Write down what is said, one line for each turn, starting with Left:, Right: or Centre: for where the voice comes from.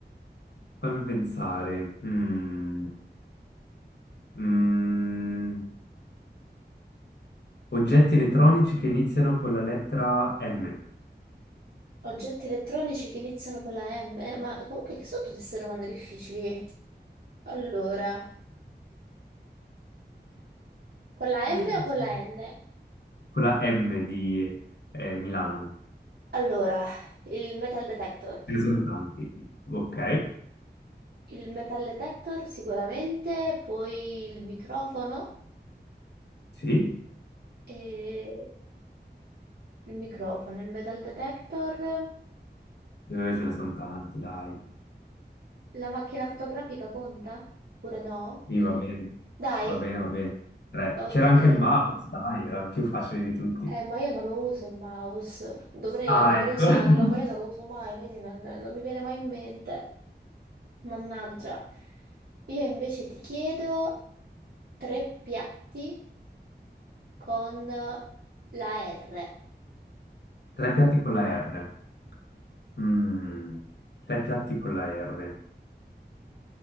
Left: pensare. Mm, mm, oggetti elettronici che iniziano con la lettera M,
Right: Oggetti elettronici che iniziano con la M, Eh, ma comunque che sono tutte queste domande difficili. Allora, con la
Left: <laughs>
Right: M o con la N?
Left: con la M di eh, Milano.
Right: Allora, il metal detector.
Left: Ce ne sono tanti. Ok,
Right: Il metal detector sicuramente, poi il microfono
Left: sì,
Right: e... Il microfono, il metal detector,
Left: Eh, ce ne sono tanti, dai.
Right: la macchina fotografica conta? Oppure no?
Left: Sì,
Right: Cioè,
Left: va
Right: no-
Left: bene,
Right: Dai,
Left: va bene, va bene. Tre.
Right: ok.
Left: C'era anche il mouse, dai, era più facile di tutti.
Right: Eh, ma io non lo uso il mouse. Dovrei,
Left: Ah,
Right: dovrei
Left: ecco.
Right: usarlo,
Left: <laughs>
Right: ma io non lo uso mai, quindi non, non mi viene mai in mente. Mannaggia. Io invece ti chiedo tre piatti con la R.
Left: Tre piatti con la R. Mm, tre piatti con la R.